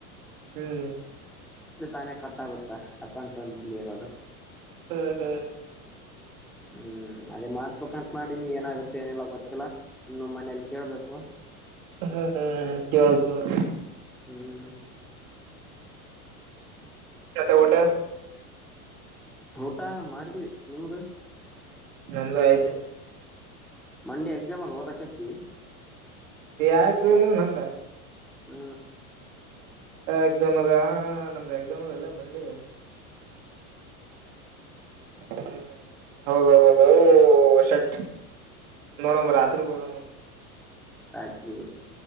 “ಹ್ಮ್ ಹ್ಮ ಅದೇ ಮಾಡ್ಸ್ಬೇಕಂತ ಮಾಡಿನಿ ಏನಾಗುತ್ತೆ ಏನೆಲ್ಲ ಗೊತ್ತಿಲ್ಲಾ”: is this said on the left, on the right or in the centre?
Centre